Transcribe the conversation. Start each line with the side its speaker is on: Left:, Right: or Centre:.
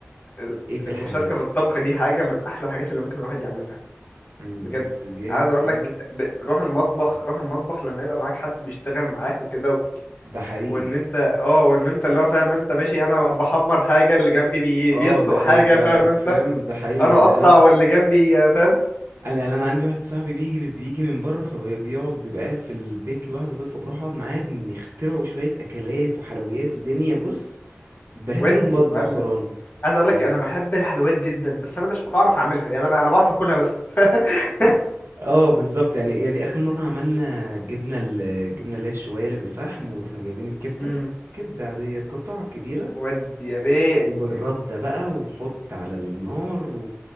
Left: ال... المشاركه
Right: الحاجات
Left: في الطبخ دي حاجه من احلى الحاجات اللي ممكن الواحد يعملها
Right: مم،
Left: بجد
Right: بس جا
Left: عايز اقول
Right: كانت
Left: لك ب... روح المطبخ روح المطبخ لما يبقى معاك حد بيشتغل معاك وكده
Right: ده حقيقي
Left: وان انت اه وان انت اللي هو فاهم انت ماشي انا بحمر حاجه اللي جنبي بي...
Right: اه
Left: بيسلق
Right: ده حقيقي
Left: حاجه
Right: فعلا
Left: فاهم انت
Right: فاهم ده حقيقي
Left: انا
Right: يعني
Left: اقطع
Right: انا
Left: واللي جنبي فاهم
Right: أنا- يعني انا عندي واحد صاحبي بيجي بيجي من بره فبيقعد بيبقى قاعد في البيت لوحده كده فبروح اقعد معاه بنخترعوا شوية اكلات وحلويات ودنيا بص بهدلوا
Left: ودي
Right: المطبخ
Left: يا معلم
Right: خران
Left: عايز اقول
Right: يعني
Left: لك انا بحب الحلويات جدا بس انا مش بعرف اعملها يعني انا انا بعرف اكلها بس <laughs>
Right: اه بالظبط يعني يعني اخر مرة عملنا جبنة الجبنة اللي هي الشوية اللي بالفحم ورحنا جايبين الكبدة
Left: امم
Right: كبدة عادية قطع كبيرة
Left: ودي يا بيه
Right: وبالردة بقى وحط على النار